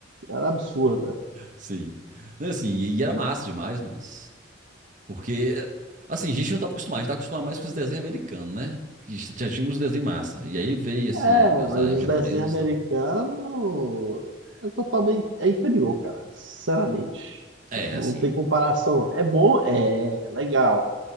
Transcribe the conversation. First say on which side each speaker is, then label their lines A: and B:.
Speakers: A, on the right; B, on the right.
A: era absurda.
B: Sim. Não, Assim, e e era massa demais, moço. Porque, assim, a gente não tava acostumado, a gente tava acostumado mais com os desenhos americanos, né? Que já já tinha uns desenhos massa. E aí veio, assim,
A: É,
B: os
A: mas
B: animes
A: os
B: japoneses
A: desenhos americanos
B: e tal.
A: é totalmente é inferior, cara. Sinceramente,
B: É,
A: não
B: assim,
A: tem comparação, não. É bom, é, é legal,